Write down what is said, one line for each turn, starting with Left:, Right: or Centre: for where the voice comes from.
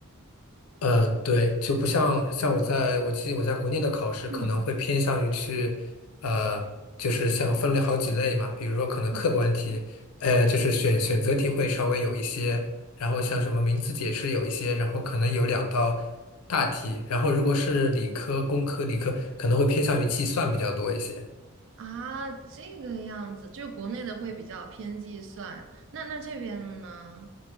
Left: 呃，对，就不像像我在我记得我在国内的考试可能会偏向于去，
Right: 嗯，
Left: 呃，就是像分类好几类嘛，比如说可能客观题，
Right: 嗯
Left: 呃，就是选选择题会稍微有一些，然后像什么名词解释有一些，然后可能有两道大题，然后如果是理科、工科、理科可能会偏向于计算比较多一些。
Right: 啊，这个样子，就是国内的会比较偏计算，那那这边的呢？